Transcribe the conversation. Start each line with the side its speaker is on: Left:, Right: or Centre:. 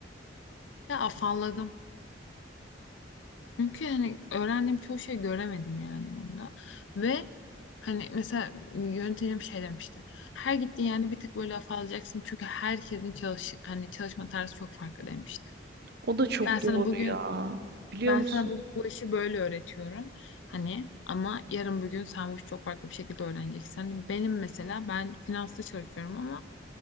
Left: Ya afalladım. Çünkü hani öğrendiğim çoğu şey göremedim yani orada. Ve hani mesela yöntemim şey demişti. Her gittiğin yani bir tık böyle afallayacaksın. Çünkü herkesin çalış hani çalışma tarzı çok farklı demişti.
Right: O da çok
Left: Ben sana
Right: doğru
Left: bugün
Right: ya. Biliyor
Left: Ben
Right: musun?
Left: sana bu, bu işi böyle öğretiyorum. Hani ama yarın bugün sen bu işi çok farklı bir şekilde öğreneceksin. Hani benim mesela ben finansta çalışıyorum ama